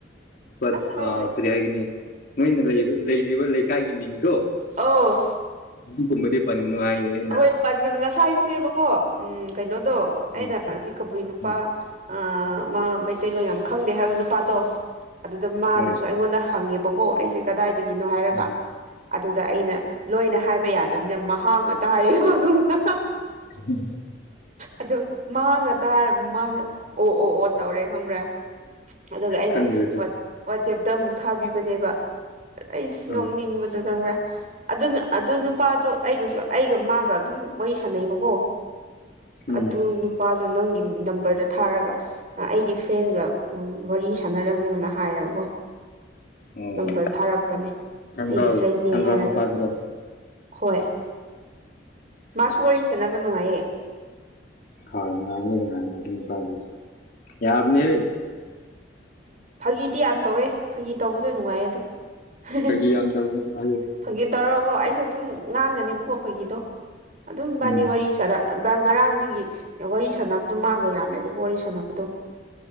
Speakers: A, on the left; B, on the right.
A: ꯕꯠ
B: ꯑꯁ ꯍꯥꯏꯔꯣꯏꯒꯦ
A: ꯑ ꯀꯔꯤ ꯍꯥꯏꯒꯅꯤ ꯅꯣꯏꯅ ꯂꯩꯔꯤꯕ ꯂꯩꯀꯥꯏꯒꯤ ꯃꯤꯡꯗꯣ
B: ꯑꯣ
A: ꯑꯗꯨꯀꯨꯝꯕꯗꯤ ꯄꯟꯒꯅꯣ ꯍꯥꯏꯌꯦ ꯑꯩꯅ
B: ꯑꯍꯣꯏ ꯄꯟꯒꯅꯣ ꯉꯁꯥꯏꯁꯨꯅꯦꯕꯀꯣ ꯎꯝ ꯀꯩꯅꯣ ꯑꯗꯣ ꯑꯩꯅ
A: ꯎꯝ
B: ꯀꯕꯨꯏ ꯅꯨꯄꯥ
A: ꯎꯝ
B: ꯑ ꯃꯥ ꯃꯩꯇꯩꯂꯣꯟ ꯌꯥꯝ ꯈꯪꯗꯦ ꯍꯥꯏꯕ ꯅꯨꯄꯥꯗꯣ ꯑꯗꯨꯗ ꯃꯥꯅꯁꯨ
A: ꯍꯣꯏ
B: ꯑꯩꯉꯣꯟꯗ ꯍꯪꯉꯦꯕꯀꯣ ꯑꯩꯁꯦ ꯀꯗꯥꯏꯗꯒꯤ ꯒꯤꯅꯣ ꯍꯥꯏꯔꯒ
A: ꯎꯝ
B: ꯑꯗꯨꯗ ꯑꯩꯅ ꯂꯣꯏꯅ ꯍꯥꯏꯕ ꯌꯥꯗꯕꯅꯤꯅ ꯃꯍꯥꯛ ꯇꯌꯦꯕ ꯈꯡꯕ꯭ꯔꯥ
A: ꯆꯍ ꯍ
B: ꯑꯗꯨ ꯃꯒ ꯇꯥꯔꯒ ꯃꯁꯦ ꯑꯣ ꯑꯣ ꯑꯣ ꯇꯧꯔꯦ ꯈꯪꯕ꯭ꯔꯥ ꯑꯗꯨꯒ ꯑꯩꯅ
A: ꯈꯪꯗ꯭ꯔꯁꯨ
B: ꯑꯣꯠ ꯑꯣꯠ ꯋꯥꯆꯦꯞꯇ ꯑꯃꯨꯛ ꯊꯥꯕꯤꯕꯅꯦꯕ ꯑꯩꯁꯨ
A: ꯑꯥ
B: ꯅꯣꯛꯅꯤꯡꯕꯗꯨ ꯈꯪꯕ꯭ꯔꯥ ꯑꯗꯨꯅ ꯑꯗꯨ ꯅꯨꯄꯥꯗꯣ ꯑꯩꯒꯁꯨ ꯑꯩꯒ ꯃꯥꯒ ꯑꯗꯨꯝ ꯋꯥꯔꯤ ꯁꯥꯟꯅꯩꯕꯀꯣ
A: ꯎꯝ
B: ꯑꯗꯨ ꯅꯨꯄꯥ ꯑꯗꯣ ꯅꯪꯒꯤ ꯅꯝꯕꯔꯗ ꯊꯥꯔꯒ ꯑꯩꯒꯤ ꯐ꯭ꯔꯦꯟꯒ ꯋꯥꯔꯤ ꯁꯥꯟꯅꯔꯝꯃꯣꯅ ꯍꯥꯏꯔꯒꯀꯣ
A: ꯑꯣ
B: ꯅꯝꯕꯔ ꯊꯥꯔꯛꯄꯅꯦ
A: ꯊꯪꯒꯥꯜ
B: ꯑꯩꯒꯤ ꯐ꯭ꯔꯦꯟꯅꯤ
A: ꯊꯪꯒꯥꯜ
B: ꯍꯥꯏꯔꯒ
A: ꯅꯨꯄꯥꯗꯨꯔꯣ
B: ꯍꯣꯏ ꯃꯥꯁꯨ ꯋꯥꯔꯤ ꯁꯥꯟꯅꯕ ꯅꯨꯡꯉꯥꯏꯌꯦ
A: ꯍꯣꯏ ꯅꯨꯡꯉꯥꯏꯅꯤ ꯅꯨꯡꯉꯥꯏꯅꯤ ꯑꯗꯨ ꯌꯥꯕꯅꯤꯍꯦ
B: ꯐꯥꯒꯤꯗꯤ ꯌꯥꯝ ꯇꯧꯋꯦ ꯐꯒꯤ ꯇꯧꯕꯗꯣ ꯅꯨꯡꯉꯥꯏꯌꯦ ꯑꯗꯨꯝ ꯍꯥꯍꯥ
A: ꯐꯥꯒꯤ ꯌꯥꯝ ꯇꯧꯕꯅꯤ ꯃꯥꯁꯨ
B: ꯐꯒꯤ ꯇꯧꯔꯒꯣ ꯑꯩꯁꯨ ꯑꯗꯨꯝ ꯉꯥꯡꯉꯅꯤꯕꯀꯣ ꯐꯒꯤꯗꯣ ꯑꯗꯨꯝ ꯏꯕꯅꯤ
A: ꯎꯝ
B: ꯋꯥꯔꯤ ꯁꯥꯅ ꯉꯔꯥꯡꯗꯒꯤ ꯋꯥꯔꯤ ꯁꯥꯟꯅꯕꯗꯣ ꯃꯥꯥꯡꯒ ꯌꯥꯝꯃꯦꯕꯀꯣ ꯋꯥꯔꯤ ꯁꯥꯟꯅꯕꯗꯣ